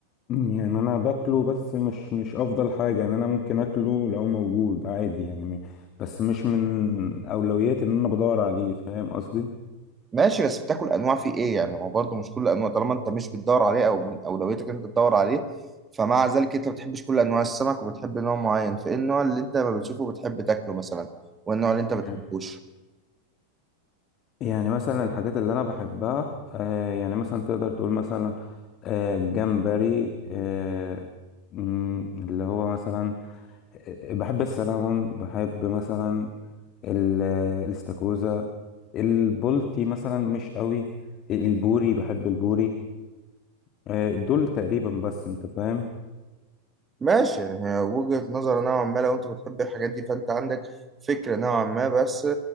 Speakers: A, on the left; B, on the right.
A: مم، يعني انا باكله بس مش مش افضل حاجه يعني انا ممكن اكله لو موجود عادي يعني م- بس مش من اولوياتي ان انا بدور عليه فاهم قصدي
B: ماشي بس بتاكل انواع في ايه يعني هو برضه مش كل انواع طالما انت مش بتدور عليه او من اولويتك انت تدور عليه فمع ذلك انت ما بتحبش كل انواع السمك وبتحب نوع معين فايه النوع اللي انت ما بتشوفه بتحب تاكله مثلا والنوع اللي انت
A: يعني
B: ما بتحبوش
A: يعني مثلا الحاجات اللي انا بحبها آه يعني مثلا تقدر تقول مثلا آه جمبري آه مم، اللي هو مثلا بحب السلمون بحب مثلا ال- الاستاكوزا البولتي مثلا مش قوي البوري بحب البوري آه، دول تقريبا بس انت فاهم
B: ماشي يعني هي وجهة نظر نوعا ما لو انت بتحب الحاجات دي فانت عندك فكرة نوعا ما بس